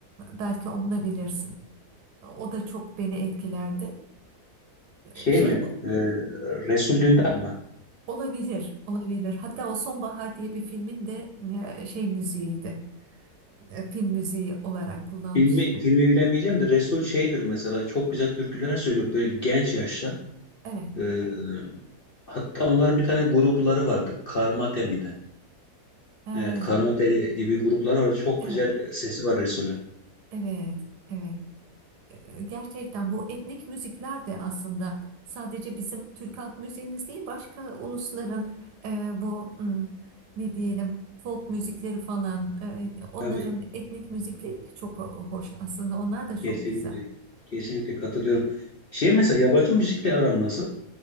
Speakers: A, on the right; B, on the left.
A: belki onu da bilirsin. O da çok beni etkilerdi.
B: Şey
A: E, Şey
B: mi? E, Resul Dündar mı?
A: olabilir, olabilir. Hatta o Sonbahar diye bir filmin de e, şey müziğiydi. E, Film müziği olarak kullanmışlar.
B: Filmi, filmi bilemeyeceğim de Resul şeydir mesela. Çok güzel türküler söylüyor böyle genç yaşta.
A: Evet.
B: E, hatta onların bir tane grupları vardı. Karmate miydi?
A: Ha,
B: Evet Karmate diye bir grupları vardı. Çok
A: evet.
B: güzel sesi var Resul'ün.
A: Evet. Evet. E, Gerçekten bu etnik müzikler de aslında sadece bizim Türk halk müziğimiz değil başka ulusların e, bu hmm, ne diyelim folk müzikleri falan e, onların
B: Tabii
A: etnik müzikleri de çok ho- hoş aslında onlar da çok
B: kesinlikle.
A: güzel.
B: Kesinlikle katılıyorum. Şey mesela yabancı müzikle aran nasıl?